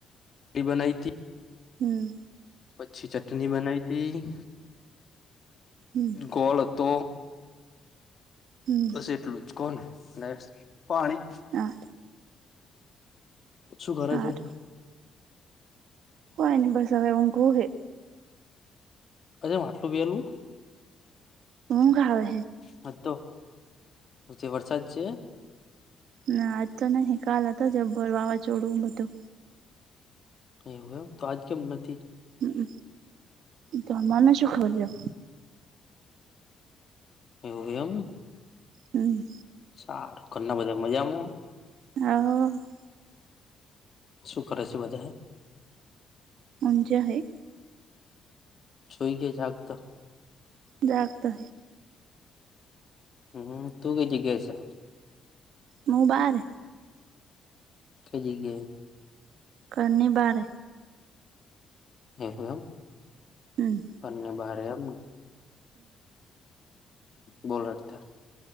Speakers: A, on the left; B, on the right.
A: બનાઈ હતીથી.
B: હમ.
A: પછી ચટણી બનાઈ હતીથી.
B: હમ.
A: ગોળ હતો.
B: હમ.
A: બસ એટલું જ કોને અને પાણી.
B: હા.
A: શું કરે
B: સારું
A: છે.
B: કોન બસ હવે હું કહું કે.
A: અરે માટલો બલું.
B: હું ખા
A: હા તો જે વરસાદ છે.
B: ના આજ તો નહી કાલ હતો જબર વાવા ચોડું બધું.
A: એવું એમ તો આજ કેમ નથી.
B: હમ તો મના સુુંખવલ્યો.
A: એુંયમ.
B: હમ.
A: સારું ઘરના બધા મજામાં.
B: <inaudible>
A: શું કરે છે બજા.
B: હજાય.
A: જોઈ કે જક તો.
B: જક તો.
A: હમ તું ક જી કે છે.
B: મોબાર.
A: <unintelligible>
B: કરની બાત.
A: <unintelligible>
B: હમ્મ.
A: ને બારે એમ બોલતા.